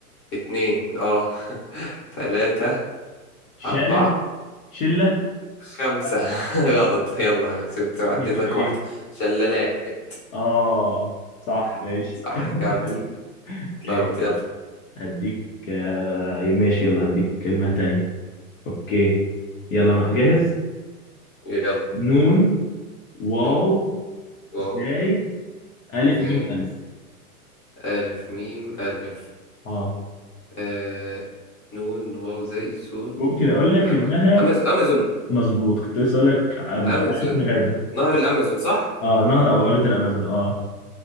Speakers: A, on the left (about 30°); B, on the left (about 60°).
A: اتنين اه <laughs> تلاتة
B: شالة
A: أربعة
B: شلة
A: خمسة
B: لأ
A: <laughs> غلط يلا أنا كسبت وعديتك
B: هي كانت إيه؟
A: واحدة شلالات
B: آه صح ماشي
A: صح
B: <laughs>
A: جامد
B: حلو
A: اتلخبط
B: ماشي
A: يلا
B: يلا. هديك آه، ماشي يلا هديك كلمة تانية اوكي يلا مع جاهز
A: يلا
B: نون واو
A: نون واو
B: زاي الف
A: زي
B: ميم الف
A: ألف ميم ألف
B: اه
A: آه نون واو زي زون
B: ممكن اقول لك
A: أما
B: انها
A: أمازون أمازون
B: مظبوط كنت لسه اقول لك عم-
A: أمازون
B: على اسم غابه
A: نهر الأمازون صح؟
B: اه نهر او غابه الامازون اه